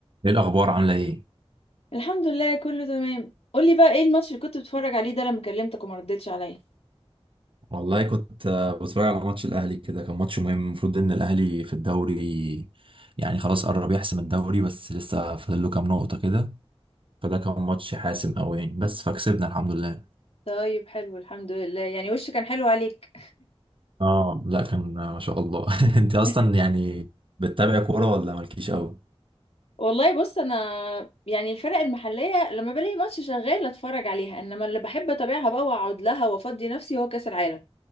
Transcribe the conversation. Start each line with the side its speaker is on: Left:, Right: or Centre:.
Right: ايه الاخبار عامله ايه
Left: الحمد لله كله تمام قولي بقى ايه الماتش اللي كنت بتتفرج عليه ده لما كلمتك وما ردتش عليا
Right: والله كنت آه، بتفرج على ماتش الاهلي كده كان ماتش مهم المفروض ان الاهلي في الدوري يعني خلاص قرب يحسم الدوري بس لسه فاضل له كام نقطه كده فده كان ماتش حاسم قوي يعني بس فكسبنا الحمد لله
Left: طيب حلو الحمد لله يعني وشه كان حلو عليك
Right: اه لا كان آه، ما شاء الله <laughs> انت اصلا
Left: <laughs>
Right: يعني بتتابع كوره ولا مالكيش قوي
Left: والله بص انا يعني الفرق المحليه لما بلاقي ماتش شغال اتفرج عليها انما اللي بحب اتابعها بقى واقعد لها وافضي نفسي هو كاس العالم